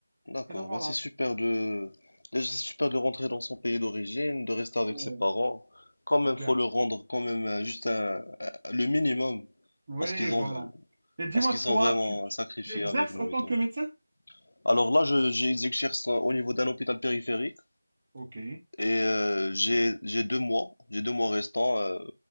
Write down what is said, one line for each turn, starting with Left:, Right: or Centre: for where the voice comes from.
Left: D'accord,
Right: Et donc voilà,
Left: bah, c'est super de déjà c'est super de rentrer dans son pays d'origine, de rester avec
Right: Ouais,
Left: ses parents. Quand même,
Right: c'est clair.
Left: faut leur rendre quand même euh, juste un- un- le minimum
Right: Oui,
Left: parce qu'ils
Right: voilà.
Left: ont
Right: Et dis-moi,
Left: parce qu'ils sont
Right: toi,
Left: vraiment
Right: tu,
Left: sacrifiés
Right: tu exerces
Left: avec nous
Right: en tant
Left: et tout.
Right: que médecin?
Left: Alors là, je j'ai- j'exerce euh, au niveau d'un hôpital périphérique
Right: Ok,
Left: et euh, j'ai j'ai deux mois, j'ai deux mois restants. euh,